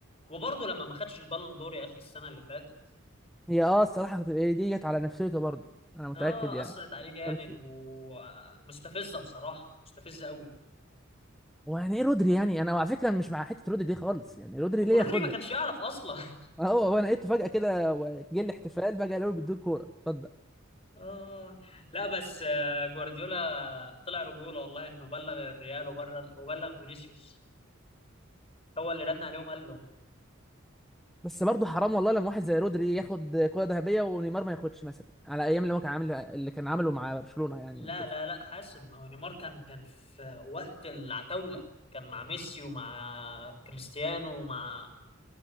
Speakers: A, on the left; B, in the centre.
A: وبرضه لما ما خدش البالون دور يا اخي السنه اللي فاتت
B: هي اه الصراحه هي دي جت على نفسيته برضه انا متاكد
A: اه
B: يعني
A: اثرت عليه جامد
B: فكرت فيه
A: ومستفزه بصراحه مستفزه قوي
B: ويعني ايه رودري يعني انا على فكره مش مع حته رودري دي خالص يعني رودري
A: ابو
B: ليه
A: رودري
B: ياخدها
A: ما كانش يعرف اصلا <laughs>
B: هو هو انا لقيته فجاه كده و- جه الاحتفال فجاه قالوا له بيدوك كوره اتفضل
A: اه لا بس آه، جوارديولا طلع رجوله والله انه بلغ الريال وبلغ وبلغ فينيسيوس هو اللي رن عليهم قال لهم
B: بس برضه حرام والله لما واحد زي رودري ياخد كوره ذهبيه ونيمار ما ياخدش مثلا على ايام اللي هو كان عامل اللي كان عامله مع برشلونه يعني
A: لا
B: وكده
A: لا لا حاسب ما هو نيمار كان كان في وقت العتاوله كان مع ميسي ومع كريستيانو ومع